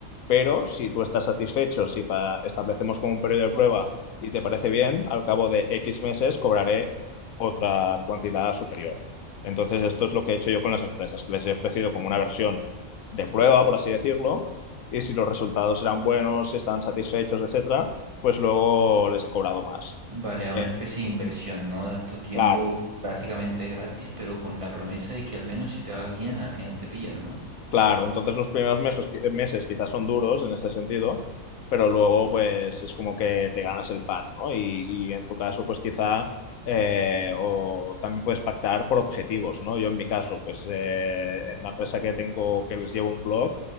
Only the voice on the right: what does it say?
vale,
a una especie de inversión, no das tu tiempo
básicamente gratis, pero con la promesa de que al menos si te va bien, al final te pillan, ¿no?